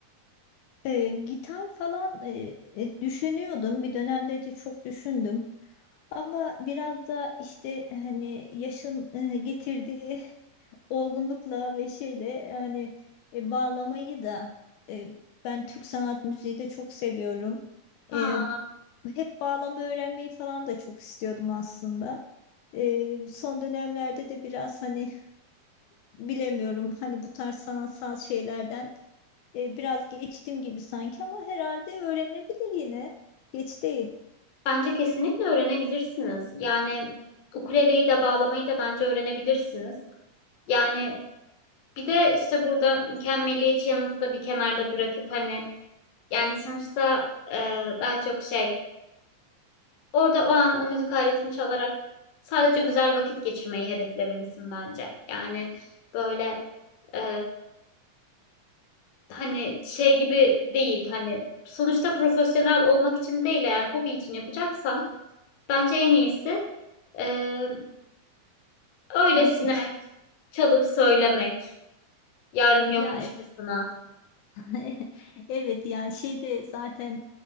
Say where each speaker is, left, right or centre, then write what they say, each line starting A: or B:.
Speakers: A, on the left (about 85°); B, on the left (about 60°).
A: E, gitar falan e, e, düşünüyordum. Bir dönemde de çok düşündüm. Ama biraz da işte hani yaşın e, getirdiği <laughs> olgunlukla ve şeyle yani e, bağlamayı da e, ben Türk sanat müziği de çok seviyorum.
B: Ha,
A: E, hep bağlama öğrenmeyi falan da çok istiyordum aslında. E, son dönemlerde de biraz hani <laughs> bilemiyorum hani bu tarz sanatsal şeylerden e, biraz geçtim gibi sanki ama herhalde öğrenilebilir yine. Geç değil.
B: bence kesinlikle öğrenebilirsiniz. Yani ukuleleyi de bağlamayı da bence öğrenebilirsiniz. Yani bir de işte burada mükemmeliyetçi yanınızı da bir kenarda bırakıp hani yani sonuçta e, daha çok şey Orada o an o müzik aletini çalarak sadece güzel vakit geçirmeyi hedeflemelisin bence. Yani böyle e, hani şey gibi değil hani sonuçta profesyonel olmak için değil eğer hobi için yapacaksan bence en iyisi e, öylesine
A: Müzik.
B: çalıp söylemek yarın
A: Ya
B: yokmuşçasına.
A: <laughs> Evet yani şeyde zaten